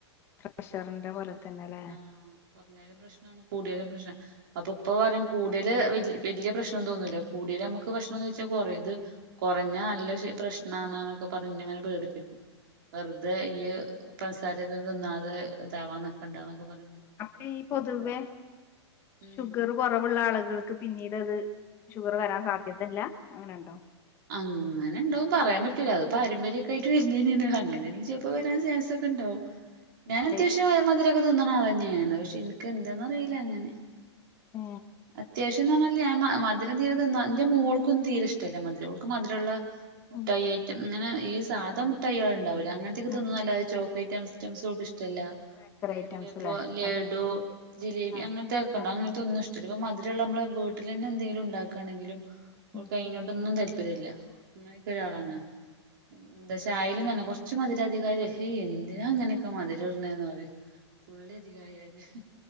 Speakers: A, on the left; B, on the right.
A: പ്രഷറിന്റെ പോലെ തന്നെല്ലേ
B: ആഹ കുറഞ്ഞാലം പ്രശ്നാണ് കൂടിയാലും പ്രശ്നാ അപ്പൊ ഇപ്പ പറയും കൂടതല് വല വലിയ പ്രശ്നം തോന്നൂല്ല കൂടിയൽ നമുക്ക് ഭക്ഷണം കഴിച്ചാൽ കൊറയും ത് കെറഞ്ഞാല് നല്ല ക്ഷീ പ്രശ്നാണ് ന്നൊക്കെ പറഞ്ഞ് ഇന്നങ്ങനെ പേടിപ്പിക്കും വെറുതെ ഇയ്യ് പന്സാര ഇതെന്നും തിന്നാതെ ഇതാവാന് നിക്കണ്ടാ ന്നൊക്കെ പറഞ്ഞ
A: അപ്പ ഈ പൊതുവെ
B: ഉം
A: ഷുഗറും കുറവുള്ള ആളുകൾക്ക് പിന്നീട് അത് ഷുഗർ വരാൻ സാധ്യതല്ല അങ്ങനെ ഉണ്ടോ?
B: അങ്ങനെ ഉണ്ടോന്ന് പറയാൻ പറ്റൂല അത് പാരമ്പര്യക്കായിട്ട് വര് നേനാണ് അങ്ങനെണങ്കി ചെല്പ്പം വരാൻ ചാൻസ് ണ്ട് ക്കെ ഉണ്ടാവും ഞാൻ അത്യാവശ്യ
A: ഏഹ്
B: മധുരൊക്കെ തിന്ന്ണ അളന്നെണ് പക്ഷെ ഇന്ക്ക് എന്താന്ന് അറിയില്ല അങ്ങനെ
A: ആ
B: അത്യാവശ്യംന്ന് പറഞ്ഞാല് മധുരം തീര തിന്ന എന്റെ മോൾക്കന്നും തീരെ ഇഷ്ടല്ല മധുര മധുരമുള്ള മുഠായി
A: ഉം
B: ഐറ്റം ഇങ്ങനെ ഈ സാധാ മുഠായികള്ണ്ടാവൂല്ല അങ്ങൻത്തെക്കെ തിന്നുന്നല്ലതെ
A: ഉം ബേ
B: ചോക്ലേറ്റയ് റ്റംസോൾക്ക് ഇഷ്ടല്ല.
A: ബേക്കറി
B: അതേപോലെ
A: ഐറ്റംസ്
B: പ്പോ
A: ല്ലേ
B: ലഡു,
A: അതോ
B: ജിലേബി
A: ആഹ്
B: അങ്ങൻത്തെക്കെണ്ടവു
A: ആഹ്
B: അങ്ങൻത്തൊന്നുഷ് ടല്ല പ്പം മധുരള്ളെ അമ്മള് വീട്ടിലെന്നെ എന്തെങ്കിലുണ്ടാക്കാണെങ്കിലും
A: ഉം
B: ഓക്കയ്നോടെന്നും താല്പര്യല്ല. അങ്ങനെക്കൊരാളാണ് എന്ത ചാ യെലും തന്നെ കൊറച്ച് മധിരതികായാല് ഹ് എന്തിനാ ഇങ്ങനെക്കെ മധിരട്ണെന്ന് പറിം. തുള്ള്യധികായാല്